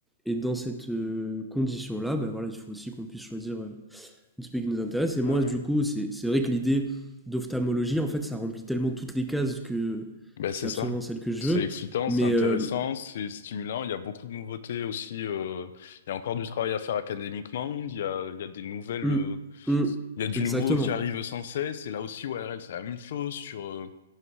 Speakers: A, in the centre; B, on the left.
A: Et dans cette euh, condition-là, ben voilà, il faut aussi qu'on puisse choisir. euh, de celui qui nous intéresse.
B: Bah
A: Et moi,
B: ouais.
A: du coup, c'est c'est vrai que l'idée d'ophtalmologie, en fait, ça remplit tellement toutes les cases que
B: Ben, c'est
A: c'est
B: ça.
A: absolument celle que je
B: C'est
A: veux.
B: excitant,
A: Mais
B: c'est intéressant,
A: euh,
B: c'est stimulant. Il y a beaucoup de nouveautés aussi. euh, il y a encore du travail à faire académiquement. Il y a, il y a des nouvelles,
A: hum,
B: euh,
A: hum,
B: il y a du
A: exactement.
B: nouveau qui arrive sans cesse. Et là aussi, ORL, c'est la même chose sur euh,